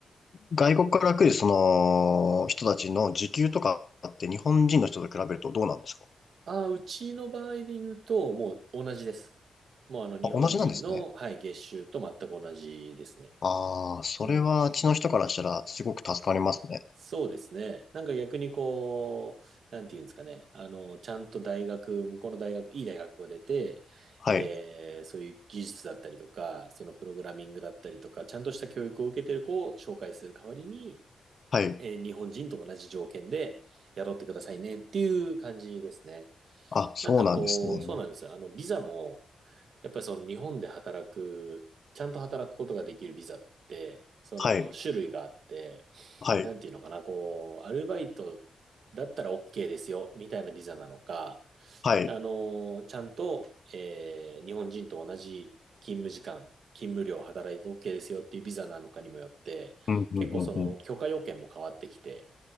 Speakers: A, on the left; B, on the right.
A: 外国から来るその人たちの時給とかって日本人の人と比べるとどうなんですか
B: ああ、うちの場合で言うと、もう同じです。もうあの日本人の、
A: あ、同じなんですね。
B: はい、月収と全く同じですね。
A: ああ、それはあっちの人からしたらすごく助かりますね。
B: うん。そうですね。なんか逆にこう、なんていうんですかね。あの、ちゃんと大学、向こうの大学、いい大学が出て、
A: はい、
B: えー、そういう技術だったりとか、そのプログラミングだったりとか、ちゃんとした教育を受けてる子を紹介する代わりに、
A: はい。
B: えー日本人と同じ条件で雇ってくださいねっていう感じですね。
A: あ、そうなんですね。
B: なんかこう、そうなんですよ。あの、ビザも、やっぱりその日本で働く、ちゃんと働くことができるビザって、その種類があって、
A: はい、はい、
B: なんていうのかな、こう、アルバイトだったら OK ですよ、みたいなビザなのか、
A: はい。
B: あの、ちゃんと、えー日本人と同じ勤務時間、勤務量働いて OK ですよっていうビザなのかにもよって、
A: うん、うん、
B: 結構その許可要件も変わってきて、
A: うん、うん。